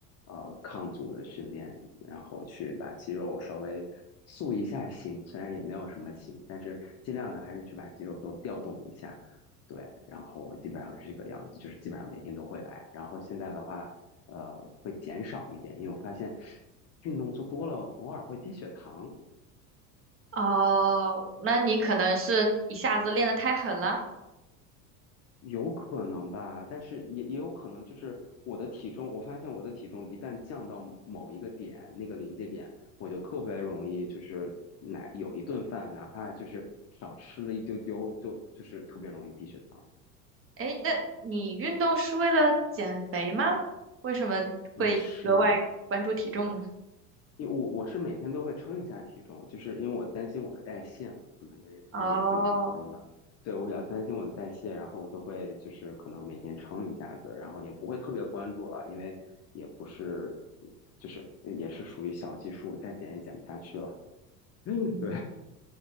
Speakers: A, on the left (about 35°); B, on the right (about 30°).
A: 呃，抗阻的训练。然后去把肌肉稍微塑一下形，虽然也没有什么形，但是尽量的还是去把肌肉都调动一下。对，然后基本上是这个样子，就是基本上每天都会来。然后现在的话，呃，会减少一点，因为我发现运动做多了，偶尔会低血糖。
B: 哦，那你可能是一下子练得太狠了。
A: 有可能吧，但是也也有可能就是我的体重，我发现我的体重一旦降到某一个点，那个临界点，我就特别容易就是哪有一顿饭，哪怕就是少吃了一丢丢，就就是特别容易低血糖。
B: 哎，那你运动是为了减肥吗？为什么会格外关注体重呢？
A: 不是，因为我我是每天都会称一下体重，就是因为我担心我的代谢嘛，可能因为人也不年轻了，
B: 哦，
A: 对，我比较担心我的代谢，然后我就会就是可能每天称一下子，然后也不会特别关注了，因为也不是就是也是属于小基数，再减也减不下去了。<laughs>
B: 嗯，
A: 对，